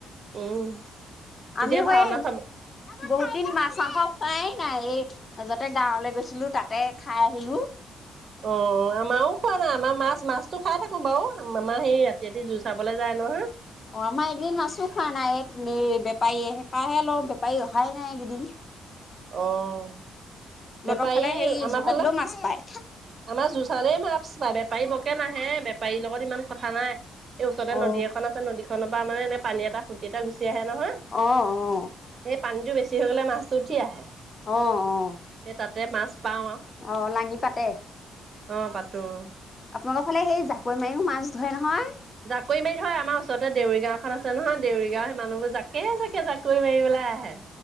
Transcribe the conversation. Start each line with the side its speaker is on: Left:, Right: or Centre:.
Right: উম, তেতিয়া
Left: আমি অ'ক
Right: ভাওনা
Left: এই
Right: চাব
Left: বহুত দিন মাছ-মাংস খোৱাই নাই, এই মাজতে গাঁৱলে গৈছিলো, তাতে খাই আহিলো।
Right: অঁ, আমাৰো খোৱা নাই, আমাৰ মাছ, মাছতো খাই থাকো বাও, আমাৰ সেই ৰাতি ৰাতি জুচ চাবলে যায় নহয়।
Left: অঁ, আমাৰ এই কেইগিদিন মাছো খোৱা নাই, এ মে বেপাৰীয়ে হে পাহে লওঁ, বেপাৰী অহাই নাই এইকেইদিন।
Right: অ',
Left: আপোনালোকৰ
Right: বেপাৰী
Left: ফালে হেৰি
Right: আমাৰ
Left: জোকাতিলেও
Right: ফাল,
Left: মাছ পায়
Right: আমাৰ জোচাৰে মা ছ পাই, বেপাৰী ব'কে নাহে, বেপাৰীৰ লগত ইমান কথা নাই। এই ওচৰতে
Left: অ
Right: নদী এখন আ ছে নদীখন পা মানে এনে পানী এটা সু্তি এটা গুচি আহে নহয়
Left: অঁ, অঁ।
Right: এই, পানীটো বেছি হৈ গ'লে মাছটো উঠি আহে।
Left: অঁ অঁ।
Right: এ, তাতে মাছ পাওঁ আও।
Left: অঁ, লাঙি পাতে?
Right: অঁ পাতো ওঁ
Left: আপোনালোকৰ ফালে, সেই জাকৈ মাইয়ো মাছ ধৰে নহয়?
Right: জাকৈ মাৰি ধৰে, আমাৰ ওচৰতে দেউৰী গাঁও এখন আছে নহয়, দেউৰী গাঁৱৰ সেই মানুহবোৰ জাকে-জাকে জাকৈ মাৰিবলৈ আহে।